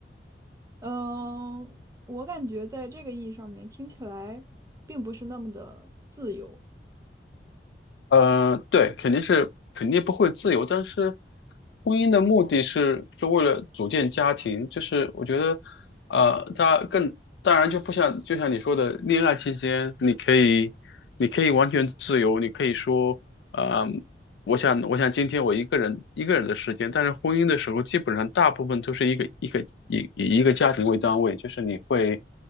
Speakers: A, on the right (about 20°); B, on the left (about 75°).
A: 嗯、我感觉在这个意义上面听起来并不是那么的自由。
B: 呃，对，肯定是肯定不会自由，但是婚姻的目的是是为了组建家庭，就是我觉得，呃，它更当然就不像就像你说的，恋爱期间你可以你可以完全自由，你可以说，呃我想，我想今天我一个人一个人的时间，但是婚姻的时候，基本上大部分都是一个一个以以一个家庭为单位，就是你会